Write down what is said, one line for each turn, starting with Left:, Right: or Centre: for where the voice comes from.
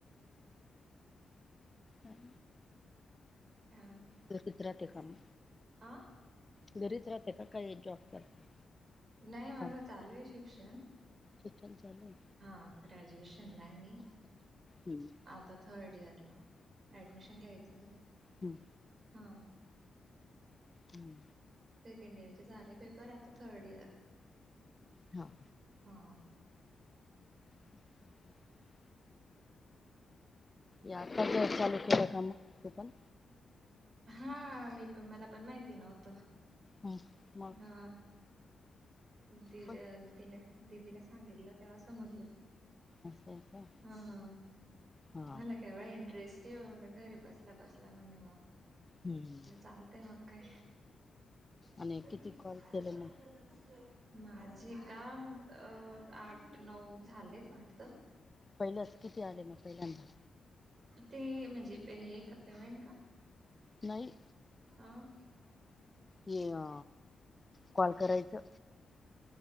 Left: हम्
Right: हा
Left: <unintelligible> राहते का म.
Right: आ.
Left: घरीच राहते का काही जॉब करते.
Right: नाही माझं
Left: काम
Right: चालू आहे शिक्षण.
Left: शिक्षण चालू आहे.
Right: हा ग्रॅज्युएशनला आहे मी.
Left: हम्म
Right: आता थर्ड इयरला ऍडमिशन घ्यायचंय.
Left: हम्म.
Right: हा.
Left: हम्म.
Right: सेकंड इयर चे झाले पेपर आता थर्ड इयर
Left: हा.
Right: हा.
Left: <unintelligible> याताव <unintelligible> चालू का मग तु पण.
Right: हा मी पण मला पण माहिती नव्हत.
Left: हम्म. मग
Right: हा दि
Left: पण
Right: दिले. दीदी ने सांगितलं तेव्हा समजलं.
Left: असं आहे का
Right: हा हा
Left: हा
Right: मला केवढा इंटरेस्ट ते घरी बसल्या बसल्या म्हणे मगलं
Left: हम्म
Right: चालतंय मग काय.
Left: आणि
Right: <unintelligible>
Left: किती कॉल केले मग
Right: माझे का अ आट नऊ झालेत वाटत.
Left: पहिल्यात किती आले मग पहिल्यांदा.
Right: ते म्हणजे हे क पेमेंट का.
Left: नाही.
Right: आ.
Left: हे अ कॉल करायचं.